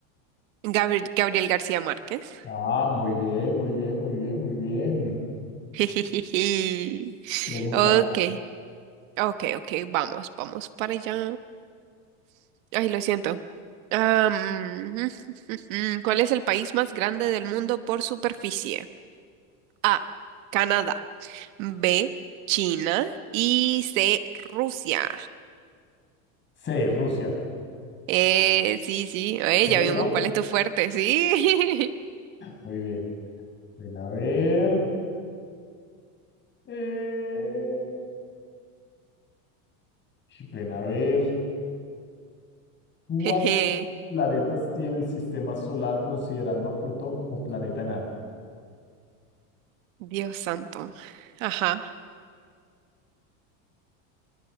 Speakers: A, on the right; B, on the left.
A: Gabri- Gabriel García Márquez.
B: Ah, muy bien, muy bien, muy bien, muy bien.
A: <laughs> Jijiji.
B: Pregunta
A: Ok, ok, ok, vamos, vamos para allá. Ay, lo siento. Am, <laughs> ¿cuál es el país más grande del mundo por superficie? A, Canadá. B, China. Y C, Rusia.
B: C. Rusia.
A: Eh, sí, sí, oye,
B: ¿Correcto?
A: ya vimos cuál es tu fuerte, sí.
B: Muy bien. Ven a ver. eh, ven a ver. ¿Cuántos
A: <laughs> Jeje,
B: planetas tiene el sistema solar considerando a Plutón como planeta enano?
A: Dios santo. Ajá.